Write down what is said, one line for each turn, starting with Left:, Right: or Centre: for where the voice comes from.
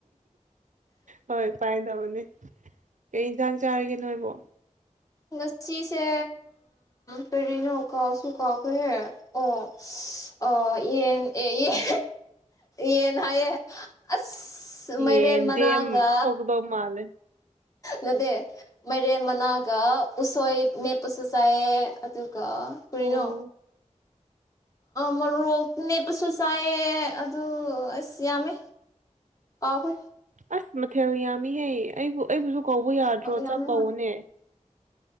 Right: ꯍꯣꯏ ꯄꯥꯏꯗꯕꯅꯦ ꯀꯩ ꯌꯦꯟꯁꯥꯡ ꯆꯥꯔꯤꯒꯦ ꯅꯣꯏꯕꯣ
Left: ꯉꯁꯤꯁꯦ ꯀꯔꯤꯅꯣ ꯀꯥꯎꯁꯨ ꯀꯥꯎꯈ꯭ꯔꯍꯦ ꯑꯣ ꯑꯣ ꯌꯦꯟ ꯑꯦ ꯌꯦꯟ ꯌꯦꯟ ꯍꯥꯏꯌꯦ ꯑꯁ ꯃꯥꯏꯔꯦꯟ
Right: ꯌꯦꯟꯗꯦꯝ
Left: ꯃꯅꯥꯒ
Right: ꯊꯣꯛꯀꯗꯧ ꯃꯥꯜꯂꯦ
Left: ꯅꯗꯦ ꯃꯔꯦꯟ ꯃꯅꯥꯒ ꯎꯁꯣꯏ ꯃꯦꯄꯁꯨ ꯆꯥꯏꯦ ꯑꯗꯨ ꯀ ꯀꯅ
Right: ꯑꯣ
Left: ꯃꯣꯔꯣꯛ ꯅꯦꯞꯄꯁꯨ ꯆꯥꯏꯌꯦ ꯑꯗꯨ ꯑꯁ ꯌꯥꯝꯃꯦ ꯑ ꯐꯣꯏ
Right: ꯑꯁ ꯃꯊꯦꯜ ꯌꯥꯝꯃꯤꯍꯦ ꯑꯩꯕꯨ ꯑꯩꯕꯨꯁꯨ ꯀꯧꯕ ꯌꯥꯗ꯭ꯔꯣ
Left: ꯌꯥꯝꯃꯦ
Right: ꯆꯥꯛ ꯀꯧꯕꯧꯅꯦ
Left: ꯍꯣꯏ